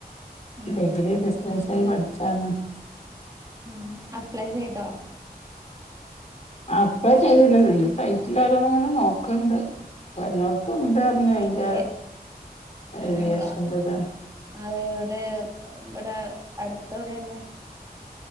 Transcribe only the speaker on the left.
ഡഗ്രി ഡിസ്റ്റൻസായി
പഠിച്ചാൽ മതി.
അപ്ലേ ചെയ്തില്ല. സൈറ്റിൽ ഓരോന്ന് ങ്ങനെ നോക്ക്ണ്ട്. പ്പ എല്ലേട്ത്ത്ണ്ട് ർഞ്. ന്ന്
അയിന്റെ ഏവിയേഷെൻ്റെതാ.